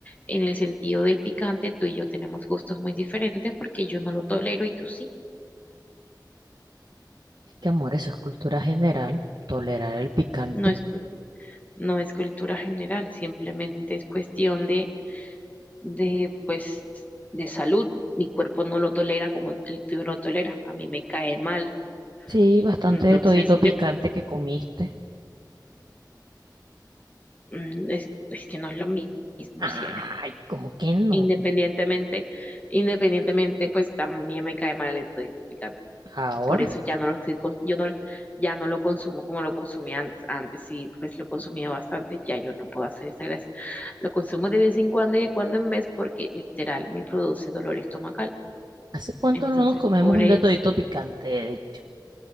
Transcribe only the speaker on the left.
en el sentido del picante tú y yo tenemos gustos muy diferentes porque yo no lo tolero y tú sí.
No es no es cultura general, simplemente es cuestión de, de, pues, de salud. Mi cuerpo no lo tolera como el tuyo lo tolera, a mí me cae mal.
Entonces,
de-
mm, es, es que no es lo mi- mismo
cielo.
Independientemente, independientemente, pues también me cae mal el electrificante.
Por eso ya no lo, estoy cons- yo no, ya no lo consumo como lo consumía antes. Antes sí, pues lo consumía bastante, ya yo no puedo hacer esa gracia. Lo consumo de vez en cuando y de cuando en vez porque literal me produce dolor estomacal.
Entonces,
por
eso